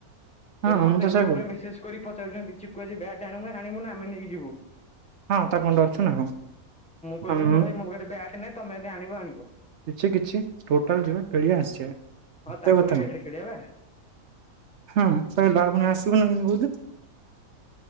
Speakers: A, on the right; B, in the centre.
A: କଣ
B: ସେ
A: ହଁ
B: ମୋତେ
A: ମୁଁ ତ
B: ଗ୍ରୁପ
A: ସେଇଆ କହୁଛି
B: ରେ ମେସେଜ୍ କରି ପଚାରୁଚନ୍ତି ଚିକୁ ଆଜି ବ୍ୟାଟ୍ ଆଣୁ ଆଣିବୁ ନା ଆମେ ନେଇକି ଯିବୁ?
A: ହଁ ତାକୁ କଣ ଡରୁଚୁନା କଣ।
B: କହିଥିଲି
A: ହୁଁ
B: ଦି ମୁଁ ଭାଇ ମୋ ପାଖରେ ବ୍ୟାଟ୍ ନାହିଁ ତମେ ଜଦି ଆଣିବ ଆଣିବ।
A: କିଛି କିଛି ଟୋଟାଲ ଯିବା ଖେଳିବା ଆସିବା।
B: ହଁ
A: ଏତେ
B: ତାଙ୍କରି
A: କଥା
B: ବ୍ୟାଟ ରେ ଖେଳିବା ପା।
A: ହଁ ସଇଲା ଆଉ ଫୁଣି ଆସିବୁନି କେମିତି କହୁଚୁ?